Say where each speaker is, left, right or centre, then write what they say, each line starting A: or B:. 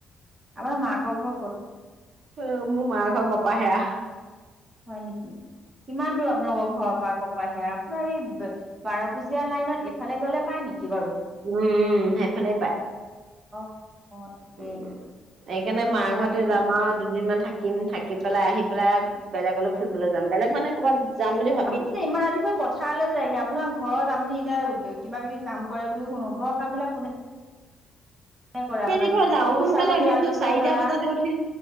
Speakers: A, on the right; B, on the right.
A: আমাৰ মাকক ঘৰ ক'ত।
B: অহ মোৰ মা ঘৰৰ কপাহেৰা।
A: হয় নেকি। কিমান দূৰত আপোনালোকৰ ঘৰৰ পৰা ক। পাহেৰা আপোনাৰ এই বাৰ পুজীয়া লাইনত এইফালে গলে পায় নেকি বাৰু।
B: উম উম সেইফালেই পায়।
A: অ। অ ঠিকেই
B: উম সেইকাৰণে
A: ঠিকে
B: মা ঘৰতে
A: আছে
B: যাম আও দুদিনমান থা। কিম থাকি পেলাই আহি পেলাই বেলেগলৈ ফুৰিবলৈ যাম বেলেগ মানে। ক'বাত যাম বুলি ভা।
A: আপোনি যে ইমান ৰাতিপুৱা। পথাৰলে যায়গে আপোনাৰ ঘৰত আপুনি এতিয়া কিবা কিবি কাম কৰে বুলিও শুনো ঘৰৰ কাম বিলাক কোনে। কৰে আপোনাৰ
B: মেলি থৈ যাওঁ
A: গৰু
B: সোনকালে
A: ছাগলী
B: উঠিছোঁ
A: আল পচন
B: চাৰিটা
A: ধৰা
B: বজাতে উঠি।